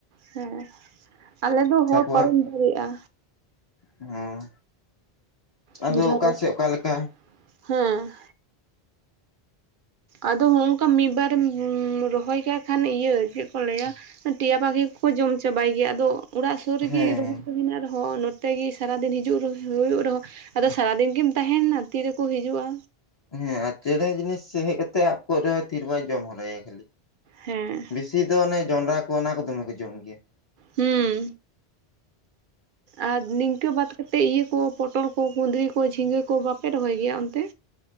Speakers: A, on the right; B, on the left.
A: ᱦᱮᱸ ᱟᱞᱮ ᱫᱚ ᱦᱚᱲ
B: ᱛᱟᱯᱚᱨ
A: ᱯᱟᱨᱚᱢ ᱫᱟᱲᱮᱭᱟᱜᱼᱟ᱾
B: ᱦᱮᱸ
A: <unintelligible>
B: ᱟᱫᱚ ᱚᱠᱟ ᱥᱮᱫ ᱚᱠᱟ ᱞᱮᱠᱟ
A: ᱦᱮᱸ ᱟᱫᱚ ᱦᱚᱸᱱᱚᱝᱠᱟ ᱢᱤᱫ ᱵᱟᱨᱮᱢ ᱨᱚᱦᱚᱭ ᱠᱟᱜ ᱠᱷᱟᱱ ᱤᱭᱟᱹ ᱪᱮᱫ ᱠᱚ ᱞᱟᱹᱭᱟ᱾ ᱴᱮᱤᱭᱟ ᱯᱟᱠᱷᱤ ᱠᱚᱠᱚ ᱡᱚᱢ ᱪᱟᱵᱟᱭ ᱜᱮᱭᱟ ᱟᱫᱚ ᱚᱲᱟᱜ ᱥᱩᱨ ᱨᱮᱜᱮ
B: ᱦᱮᱸ
A: ᱨᱚᱦᱚᱭ ᱠᱚ ᱢᱮᱱᱟᱜ ᱨᱮᱦᱚᱸ᱾ ᱛᱮᱜᱮ ᱥᱟᱨᱟ ᱫᱤᱱ ᱦᱤᱡᱩᱜ ᱦᱩᱭᱩᱜ ᱨᱮᱦᱚᱸ, ᱟᱫᱚ ᱥᱟᱨᱟ ᱫᱤᱱ ᱜᱮᱢ ᱛᱟᱦᱮᱱᱟ ᱛᱤᱨᱮᱠᱚ ᱦᱤᱡᱩᱜᱼᱟ᱾
B: ᱦᱮᱸ ᱟᱨ ᱪᱮᱬᱮ ᱡᱤᱱᱤᱥ ᱦᱮᱡ ᱠᱟᱛᱮᱜ ᱟᱵ ᱠᱚ ᱨᱮᱦᱚᱸ ᱛᱤ ᱨᱮ ᱵᱟᱭ ᱡᱚᱢ ᱦᱚᱨᱟᱭᱟ ᱠᱷᱟᱹᱞᱤ᱾
A: ᱦᱮᱸ
B: ᱵᱮᱥᱤ ᱫᱚ ᱚᱱᱮ ᱡᱚᱱᱰᱨᱟ ᱠᱚ ᱚᱱᱟ ᱠᱚ ᱫᱚᱢᱮ ᱠᱚ ᱡᱚᱢ ᱜᱮᱭᱟ᱾
A: ᱦᱩᱸ ᱟᱨ ᱱᱤᱝᱠᱟᱹ ᱵᱟᱫ ᱠᱟᱛᱮᱫ ᱤᱭᱟᱹ ᱠᱚ ᱯᱚᱴᱚᱞ ᱠᱚ ᱠᱩᱸᱫᱽᱨᱤ ᱠᱚ ᱡᱷᱤᱸᱜᱟᱹ ᱠᱚ ᱵᱟᱯᱮ ᱨᱚᱦᱚᱭ ᱜᱮᱭᱟ ᱚᱱᱛᱮ᱾